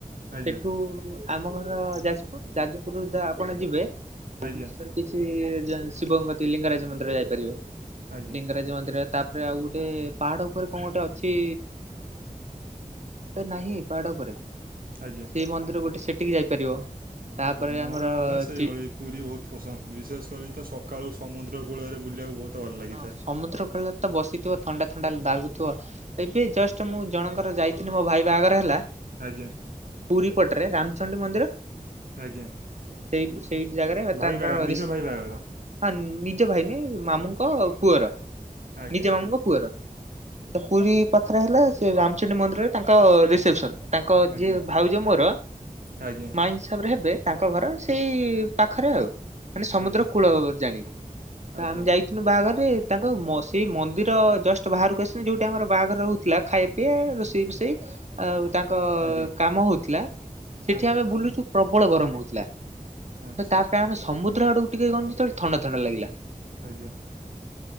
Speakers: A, on the right; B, on the right.
A: ଆଜ୍ଞା
B: ସେଠୁ ଆମ ଘର ଯାଜପୁର, ଯାଜପୁରରୁ ଧର ଆପଣ ଯିବେ ଭୁବନେଶ୍ଵର
A: ଆଜ୍ଞା
B: କିଛି ଶିବଙ୍କ କତିକି ଲିଙ୍ଗରାଜ ମନ୍ଦିର ଯାଇପାରିବେ,
A: ଆଜ୍ଞା
B: ଲିଙ୍ଗରାଜ ମନ୍ଦିର ତାପରେ ଆଉ ଗୋଟେ ପାହାଡ ଉପରେ କଣ ଗୋଟେ ଅଛି ଗୋଟେ ନାହିଁ ପାହାଡ଼ ଉପରେ
A: ଆଜ୍ଞା।
B: ସେ ମନ୍ଦିର ଗୋଟେ ସେଠିକି ଯାଇପାରିବ। ତାପରେ
A: ଆଜ୍ଞା ମୋର
B: ଆମର
A: ମଧ୍ୟ ସେଇଭଳି।
B: ଚି
A: ପୁରୀ ବହୁତ ପସନ୍ଦ ବିଶେଷ କରି ତ ସକାଳୁ ସମୁଦ୍ର କୂଳରେ ବୁଲିବାକୁ ବହୁତ ଭଲ ଲାଗିଥାଏ।
B: ହଁ ସମୁଦ୍ର କୂଳ ତ ବସିଥିବ ଥଣ୍ଡା ଥଣ୍ଡା ଦାଗୁଥିବ। ଏବେ ଜଷ୍ଟ ମୁଁ ଜଣଙ୍କର ଯାଇଥିଲି ମୋ ଭାଇ ବାହାଘର ହେଲା
A: ଆଜ୍ଞା।
B: ପୁରୀ ପଟରେ ରାମଚଣ୍ଡୀ ମନ୍ଦିର।
A: ଆଜ୍ଞା।
B: ସେଇ ସେଇ ଜାଗାରେ ଆଉ
A: ଭାଇ
B: ତାଙ୍କ
A: ବାହାଘର ନିଜ
B: ରିଶ
A: ଭାଇ ବାହାଘର।
B: ହଁ ନିଜ ଭାଇ ନାହିଁ ମାମୁଁଙ୍କ ପୁଅର
A: ଆଜ୍ଞା
B: ନିଜ
A: ଠିକ୍
B: ମାମୁଁଙ୍କ
A: ଅଛି
B: ପୁଅର। ପୁରୀ ପାଖରେ ହେଲେ ସେ ରାମଚଣ୍ଡୀ ମନ୍ଦିରରେ ତାଙ୍କ ରିସେପସନ। ତାଙ୍କ
A: ଆଜ୍ଞା
B: ଯିଏ ଭାଉଜ ମୋରା
A: ଆଜ୍ଞା
B: ମାଇଁ ସ ହିସାବରେ ହେବେ, ତାଙ୍କ ଘର ସେଇ ପାଖରେ ଆଉ। ମାନେ ସମୁଦ୍ର
A: ଆଜ୍ଞା
B: କୂଳ ବ ଜାଣି
A: ଆଜ୍ଞା
B: ତ ଆମେ ଯାଇ ବାହାଘରରେ ତାଙ୍କ ସେଇ ମନ୍ଦିର ଜଷ୍ଟ ବାହାରକୁ ଆସିବେ ଯୋଉଠି ଆମର ବାହାଘର ହଉଥିଲା ଖାଇବ ଏ ରୋଷେଇ ବୋଷେଇ ଆଉ ତାଙ୍କଅ
A: ଆଜ୍ଞା
B: କାମ ହଉଥିଲା, ସେଠି
A: ଆଜ୍ଞା
B: ଆମେ ବୁଲୁଛୁ ପ୍ରବଳ ଗରମ ହଉଥିଲା।
A: ଆଚ୍ଛା
B: ତ ତା ପାଇଁ ଆମେ ସମୁଦ୍ର ଆଡ଼କୁ ଟିକେ ଗଲୁ ଯେତେବେଳେ ଥଣ୍ଡା ଥଣ୍ଡା ଲାଗିଲା।
A: ଆଜ୍ଞା।